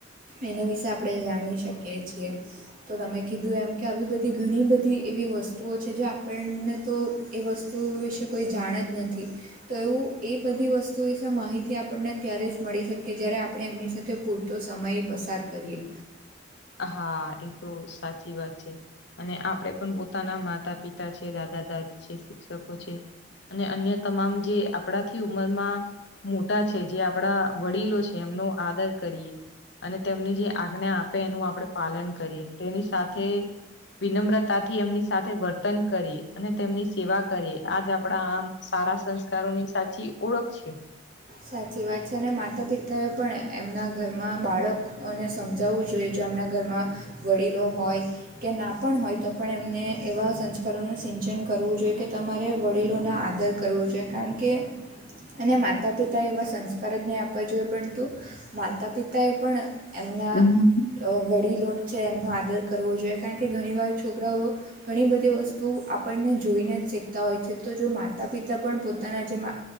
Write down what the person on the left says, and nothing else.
હા એ તો સાચી વાત છે. અને આપણેે પણ પોતાના માતા પિતા છે, દાદા દાદી છે, શિક્ષકો છે. અને અન્ય તમામ જે આપણાથી ઉંમરમાં મોટા છે જે આપડા વડીલો છે એમનો આદર કરીએ. અને તેમની જે આજ્ઞા આપે એનું આપણે પાલન કરીએ તેની સાથે વિનમ્રતા થી એમની સાથે વર્તન કરી અને તેમની સેવા કરીએ આજ આપણા આમ સારા સંસ્કારોની સાચી ઓળખ છે.
હમ